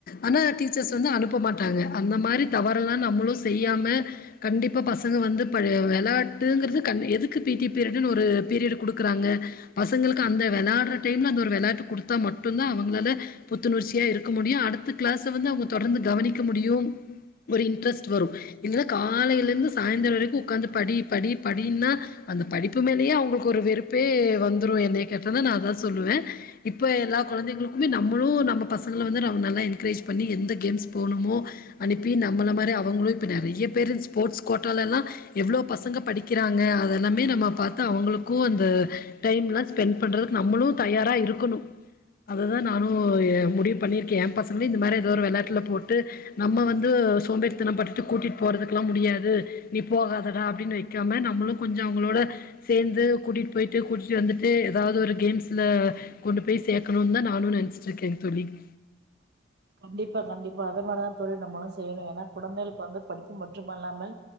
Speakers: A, on the left; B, on the right.
A: ஆனா டீச்சர்ஸ் வந்து அனுப்பமாட்டாங்க அந்த மாரி தவறெலாம் நம்மளும் செய்யாம கண்டிப்பா பசங்க வந்து பா வெளாயாட்டுங்கிறது கன் எதுக்கு பீ டி பீரியடுனு ஒரு பீரியடு குடுக்குறாங்க பசங்களுக்கு அந்த விளையாடுற டைம்ல அந்த விளையாட்டு கொடுத்தா மட்டும்தான் அவங்களால புத்துணர்ச்சியா இருக்க முடியும் அடுத்த க்ளாசு வந்து அவங்க தொடர்ந்து கவனிக்க முடியும் ஒரு இன்ட்ரெஸ்ட் வரும் இல்லைனா காலையிலருந்து சாய்ந்திரம் வரைக்கு உக்காந்து படி படி படின்னா அந்த படிப்பு மேலயே அவங்களுக்கு ஒரு வெறுப்பே வந்துடரு என்னைக் கேட்டால் நா அத தா சொல்லுவேன் இப்போ எல்லா குழந்தைங்களுக்குமே நம்மளும் நம்ம பசங்கள வந்து நம்ம நல்லா என்கரேஜ் பண்ணி எந்த கேம்ஸ் போகணுமோ அனுப்பி நம்மள மாரி அவ அவங்களும் இப்ப நறைய பேரண்ட்ஸ் ஸ்போர்ட்ஸ் கோட்டாலல்லா எவ்ளோ பசங்க படிக்கிறாங்க அதெல்லாமே நம்ம பாத்து அவங்களுக்கு அந்த டைம்லா ஸ்பெண்ட் பண்றதுக்கு நம்மளும் தயாரா இருக்கணு அததா நானு முடிவு பண்ணியிருக்கேன் ஏ பசங்களும் இந்த மாரி எதாவது ஒரு விளையாட்டல போட்டு நம்ம வந்து சோம்பேறி இது நம்ம பட்டுட்டு கூட்டிட் போறதுக்கெல்லாம் முடியாது நீ போகாதடா அப்படின்னு வைக்காம நம்மளும் கொஞ்சம் அவங்களோட சேந்து கூட்டிட்டு போயிட்டு கூட்டிட்டு வந்துட்டு ஏதாவது ஒரு கேம்ஸ்ல கொண்டு போய் சேக்கணும்னு தான் நானும் நெனச்சுட்டு இருக்கேன் தோலிக்
B: கண்டிப்பா கண்டிப்பா அது மாரிதா தோழி நம்மளும் செய்யணும் ஏன்னா கொழந்தைகளுக்கு வந்து படிப்பு மட்ற்றும்மல்லாமல்